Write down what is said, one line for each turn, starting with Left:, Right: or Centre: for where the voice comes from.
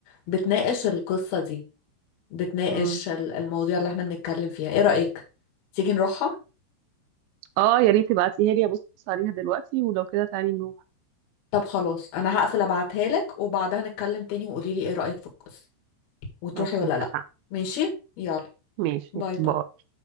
Left: بتناقش القصة دي بتناقش
Right: مم.
Left: ال- المواضيع اللي احنا بنتكلم فيها ايه رأيك تيجي نروحها
Right: اه يا ريت تبعتيها لي ابص عليها دلوقتي ولو كده تعالي نروح
Left: طب خلاص انا هقفل ابعتها لك وبعدها نتكلم تاني وقولي لي ايه رأيك في القصة وتروحي
Right: اوكي
Left: ولا
Right: اتفقنا
Left: لا ماشي يلا
Right: ماشي
Left: باي باي
Right: باي